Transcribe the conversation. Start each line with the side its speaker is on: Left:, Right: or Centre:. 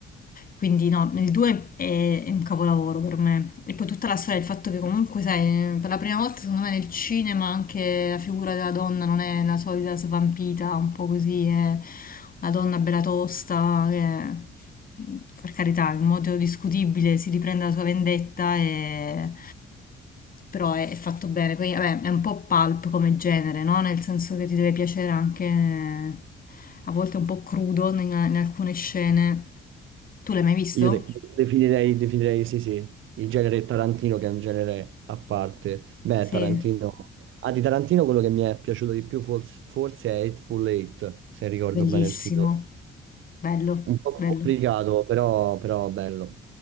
Left: Quindi no, il 2 è, è un capolavoro per me. E poi tutta la storia, il fatto che comunque, sai, per la prima volta secondo me nel cinema anche la figura della donna non è la solita svampita, un po' così, è una donna bella tosta, che per carità, in modo discutibile si riprende la sua vendetta e però è, è fatto bene, poi vabbè, è un po' pulp come genere, no? Nel senso che ti deve piacere anche eh, a volte un po' crudo in, in alcune scene. Tu l'hai mai visto?
Right: Io de- definirei, definirei, sì, sì, il genere Tarantino che è un genere a parte. Beh,
Left: Sì,
Right: Tarantino... Ah, di Tarantino quello che mi è piaciuto di più forse, forse è Hateful Eight, se ricordo
Left: bellissimo,
Right: bene il titolo.
Left: bello,
Right: Un po'
Left: bello.
Right: complicato, però, però bello.